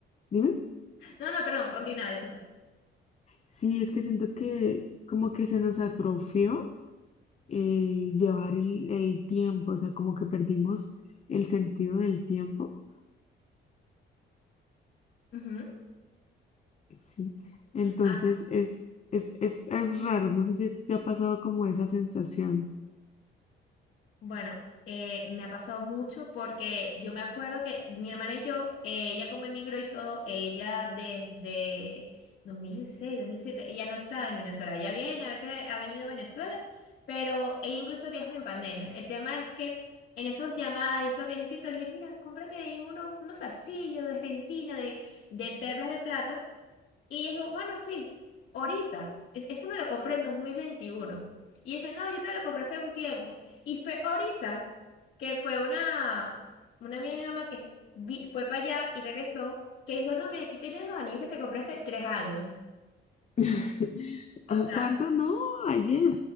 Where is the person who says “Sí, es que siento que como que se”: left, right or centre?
Left